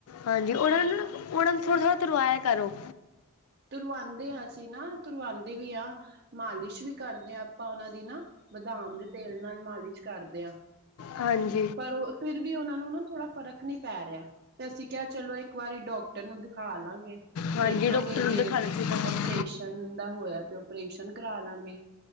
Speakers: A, on the left; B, on the right.
A: ਹਾਂਜੀ ਉਹਨਾਂ ਨੂੰ ਉਹਨਾਂ ਨੂੰ ਥੋੜਾ-ਥੋੜਾ ਤੁਰਾਯਾ ਕਰੋ
B: ਤੁਰਵਾਂਦੇ ਆ ਅਸੀਂ ਨਾ ਤੁਰਵਾਦੇ ਵੀ ਆ, ਮਾਲਿਸ਼ ਵੀ ਕਰਦੇ ਹਾਂ ਆਪਾਂ ਉਹਨਾਂ ਦੀ ਨਾ ਆਮ ਦੇ ਤੇਲ ਨਾਲ ਮਾਲਿਸ਼ ਕਰਦੇ ਹ
A: ਹਾਂਜੀ
B: ਪਰ ਉਹ ਫਿਰ ਵੀ ਉਹਨਾ ਨੂੰ ਨਾ ਥੋੜਾ ਫਰਕ ਨੀ ਪੈ ਰਿਹਾ ਤੇ ਅਸੀਂ ਕਿਹਾ ਚਲੋ ਇੱਕ ਵਾਰੀ ਡਾਕਟਰ ਨੂੰ ਦਿਖਾ ਖਾ ਲਾਂਗੇ,
A: ਹਾਂਜੀ
B: ਦੇਖਾਂਗੇ
A: ਡਾਕਟਰ ਨੂੰ
B: ਜੇ
A: ਦਿਖਾਣਾ ਚਾਹੀਦਾ
B: ਓਪਰੇਸ਼ਨ ਦਾ ਹੋਇਆ ਤੇ ਓਪਰੇਸ਼ਨ ਕਰਾ ਲਾਂਗੇ